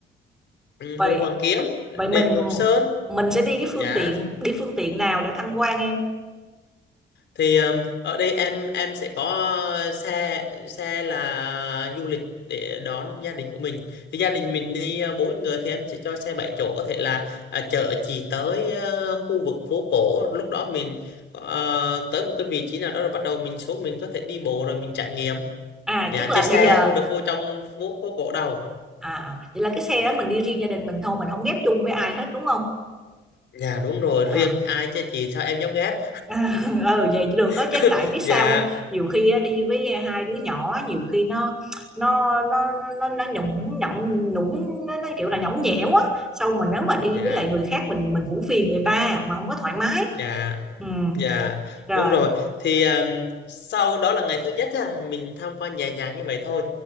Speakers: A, on the left; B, in the centre.
A: ừ,
B: vậy
A: Hồ Hoàn Kiếm,
B: Vậy
A: đền
B: mình
A: Ngọc Sơn.
B: mình sẽ đi cái phương
A: Dạ.
B: tiện đi phương tiện nào để tham quan em?
A: thì um, ở đây em em sẽ có uh, xe xe là du lịch để đón gia đình của mình thì gia đình mình đi uh, bốn người thì em sẽ cho xe bảy chỗ có thể là à, chở chị tới uh, khu vực phố cổ lúc đó mình ờ, tới một cái vị trí nào đó rồi bắt đầu mình xuống mình có thể đi bộ rồi mình trải nghiệm
B: À
A: dạ
B: chắc là
A: chơi xe
B: bây giờ
A: không được vô trong phố phố cổ đâu
B: à à, vậy là cái xe đó mình đi riêng gia đình mình thôi, mình không ghép chung với ai hết đúng không?
A: dạ đúng rồi
B: À
A: riêng ai chơi chị sao em dám ghét
B: <laughs> ừ vậy thì được
A: <laughs>
B: đó chứ tại biết
A: dạ
B: sao không? Nhiều khi á, đi với hai đứa nhỏ nhiều khi nó nó nó nó nó, nó nhũng nhũng nhũng nó, nó kiểu là nhõng nhẽo á, xong mà nếu mà đi
A: dạ
B: với lại người khác mình mình cũng phiền người ta mà không có thoải mái.
A: dạ
B: Ừ
A: Dạ,
B: rồi,
A: đúng rồi. Thì um, sau đó là ngày thứ nhất á, mình tham quan nhẹ nhàng như vậy thôi.